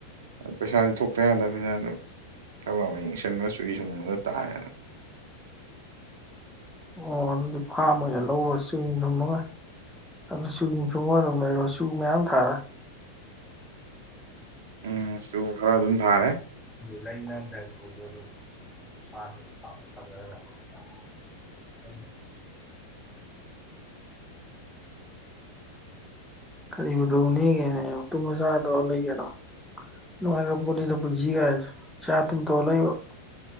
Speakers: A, on the right (about 60°); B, in the centre.
A: ꯄꯩꯁꯥꯗꯤ ꯊꯣꯛꯇ ꯌꯥꯗꯕꯅꯤꯅ ꯑꯗꯨꯝ ꯊꯕꯛ ꯑꯃ ꯌꯦꯡꯁꯤꯟꯕ ꯆꯨꯍꯤꯡ ꯁꯨꯡꯕꯗ ꯇꯥꯔꯦꯗꯅ
B: ꯑꯣ ꯑꯗꯨꯗꯤ ꯐꯥꯝ ꯑꯣꯏꯅ ꯂꯧꯔꯣ ꯆꯨꯍꯤꯡ ꯁꯨꯝꯃꯒ ꯑꯗꯨ ꯆꯨꯍꯤꯡ ꯁꯨꯝꯃ ꯑꯗꯨꯝ ꯂꯩꯔꯣ ꯆꯨ ꯃꯌꯥꯝ ꯊꯥ
A: ꯎꯝ ꯆꯨ ꯈꯔ ꯑꯗꯨꯝ ꯊꯥꯔꯦ
B: <unintelligible> ꯏꯁꯥꯒꯤ ꯑꯄꯥꯝꯕ ꯇꯧꯖꯔꯒ ꯀꯔꯤꯕꯨꯗꯅꯦꯉꯦꯅꯦ ꯇꯨꯝꯃ ꯆꯥꯔ ꯇꯧꯔ ꯂꯩ ꯀꯩꯅꯣ ꯅꯨꯡꯉꯥꯏꯈꯔ ꯄꯣꯠꯅꯤꯗ ꯄꯨꯁꯤ ꯒꯥꯏꯁꯦ ꯆꯥ ꯇꯨꯝ ꯇꯧꯔ ꯂꯩꯕ